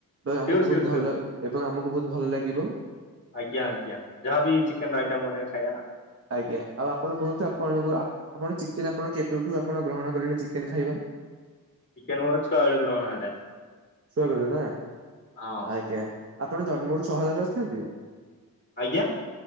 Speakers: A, on the right; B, on the left.
A: ତ ଆମକୁ
B: ସିଓର
A: ବହୁତ୍
B: ସିଓର
A: ଭଲ
B: ସିଓର
A: ଏବଂ ଆମକୁ ବହୁତ ଭଲ ଲାଗିବ।
B: ଆଜ୍ଞା ଆଜ୍ଞା ଯାହାବି ଚିକେନ ଆଇଟମ୍ ବନେଇବେ ଖାଇବା।
A: ଆଜ୍ଞା ଆଉ ଆପଣ କୁହନ୍ତୁ ଆପଣଙ୍କୁ ଆ ଆପଣ ଚିକେନ ଆପଣ କେବେଠୁ ଆପଣ ଗ୍ରହଣ କଲେଣି ଚିକେନ ଖାଇବା?
B: ଚିକେନ ମୋର ଛୁଆ ବେଳୁ ଗ୍ରହଣ ହେଲାଣି
A: ଛୁଆ ବେଳୁ ନା
B: ହଁ
A: ଆଜ୍ଞା। ଆପଣ ଜନ୍ମରୁ ସହରରେ ଅଛନ୍ତି।
B: ଆଜ୍ଞା।